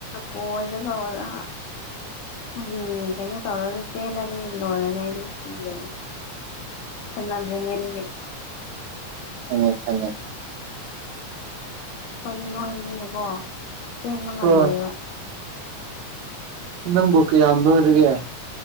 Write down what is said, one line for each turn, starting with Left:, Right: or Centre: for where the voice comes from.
Left: ꯀꯣꯏꯗ ꯇꯧꯔꯒ ꯎꯝ ꯀꯩꯅꯣ ꯇꯧꯔꯒ ꯆꯦꯜꯂꯗꯤ ꯂꯣꯏꯔꯅꯤ ꯑꯩꯗꯤ ꯁꯤꯒ꯭ꯔꯅꯤ ꯁꯥꯅꯗ꯭ꯔꯤꯉꯩꯗꯒꯤ
Right: ꯁꯪꯉꯦ ꯁꯪꯉꯦ
Left: ꯑꯩꯗꯤ ꯅꯣꯏꯕꯅꯤꯅꯀꯣ ꯆꯦꯟꯕ ꯉꯝꯗꯦꯕ
Right: ꯑꯣ ꯅꯪꯕꯨ ꯀꯌꯥꯝ ꯅꯣꯏꯔꯒꯦ